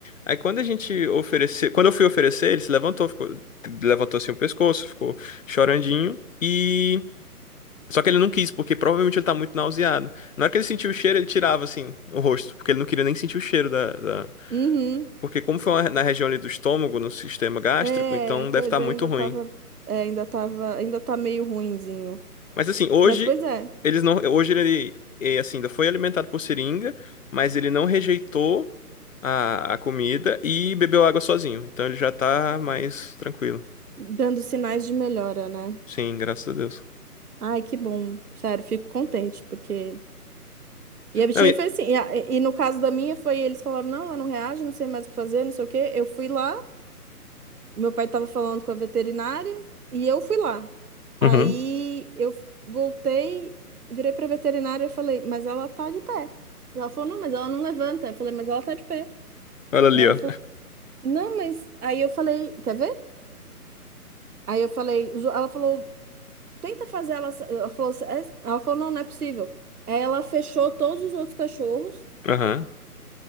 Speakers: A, on the left (about 55°); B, on the right (about 70°).
A: Aí quando a gente ofereceu, quando eu fui oferecer, ele se levantou, ficou, levantou assim o pescoço, ficou chorandinho e só que ele não quis, porque provavelmente ele tá muito nauseado. Na hora que ele sentiu o cheiro, ele tirava assim o rosto, porque ele não queria nem sentir o cheiro da, da...
B: Uhum.
A: porque como foi uma- na região ali do estômago, no sistema gástrico,
B: É,
A: então
B: coisa
A: deve estar muito
B: ainda
A: ruim.
B: tava, é, ainda tava, ainda tá meio ruinzinho.
A: Mas assim, hoje
B: Mas pois é.
A: eles não, hoje ele, eh, assim, ainda foi alimentado por seringa, mas ele não rejeitou a, a comida e bebeu água sozinho. Então ele já tá mais tranquilo.
B: dando sinais de melhora, né?
A: Sim, graças a Deus.
B: Ai, que bom. Sério, fico contente, porque. E a bichinha
A: Não, e-
B: foi assim. E, a- e no caso da minha, foi eles falaram: não, ela não reage, não sei mais o que fazer, não sei o quê. Eu fui lá, meu pai tava falando com a veterinária, e eu fui lá. Aí
A: Uhum.
B: eu voltei, virei pra veterinária e falei: mas ela tá de pé. E ela falou: não, mas ela não levanta. Eu falei: mas ela tá de pé.
A: Olha ali,
B: E ela
A: ó.
B: falou: não, mas. Aí eu falei: quer ver? Aí eu falei: os- ela falou. Tenta fazer ela. Ela falou, assim, "É-" ela falou, não, não é possível. Aí Ela fechou todos os outros cachorros.
A: Aham,